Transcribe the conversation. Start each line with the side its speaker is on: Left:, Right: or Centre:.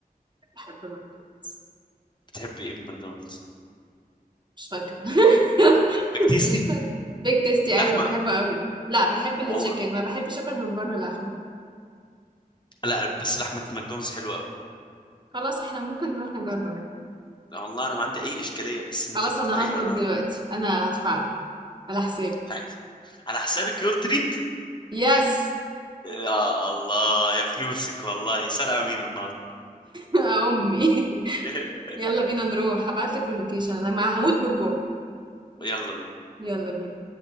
Right: بحب ماكدونالدز
Left: بتحب ايه من ماكدونالدز
Right: مش فاكرة <laughs>
Left: بيك تيستي
Right: مش فاكرة بيك تيستي
Left: لحمه
Right: أيوة بحبه قوي لا بحب التشيكن
Left: والله
Right: ما بحبش أكل من بره لحمة
Left: لا بس لحمه ماكدونالدز حلوه قوي
Right: خلاص احنا ممكن نروح نجرب
Left: والله انا ما عندي اي اشكاليه بس انت
Right: خلاص
Left: هتدفعي
Right: أنا هطلب
Left: لي ولا أنا
Right: دلوقتي أنا هدفعلك على حسابي
Left: هدفعي لي على حسابك يور تريد
Right: يس
Left: يا الله يا فلوسك والله
Right: <laughs>
Left: سرقه مين النار
Right: يا أمي
Left: <laughs>
Right: يلا بينا نروح هبعتلك اللوكيشن أنا مع- هموت بالجوع
Left: يلا بينا
Right: يلا بينا